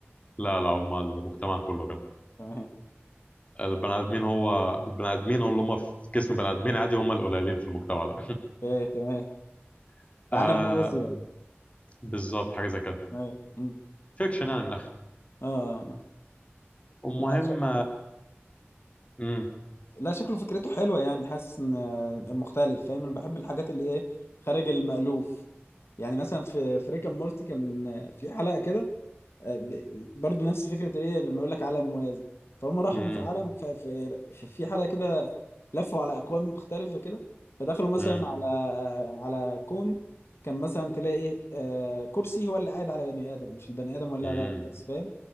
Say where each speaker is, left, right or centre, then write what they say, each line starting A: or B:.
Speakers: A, on the left; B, on the left.
A: لا لا هما المجتمع كله كده
B: تمام
A: البني ادمين هو البني ادمين اللي هم في جسم بني ادمين عادي هم القليلين في المجتمع ده
B: ايه تمام
A: <laughs>
B: تعالى
A: آه
B: موازي يعني
A: بالظبط حاجه زي كده
B: تمام أمم.
A: فيكشن يعني من الاخر
B: اه آه.
A: المهم
B: لا ش...
A: امم
B: لا شكله فكرته حلوه يعني حاسس ان آه، مختلف فاهم انا بحب الحاجات اللي ايه خارج المألوف يعني مثلا في في ريكا مورتي كان آه، في حلقه كده آه، ب- برضو نفس فكرة ايه لما يقول لك عالم موازي فهم راحوا
A: امم
B: في عالم ف- في ف- في حلقة كده لفوا على اكوان مختلفة كده فدخلوا مثلا
A: امم
B: على على كون كان مثلا تلاقي إيه، آه، كرسي هو اللي قاعد على بني ادم مش البني
A: <laughs>
B: ادم هو اللي
A: امم
B: قاعد على الكرسي فاهم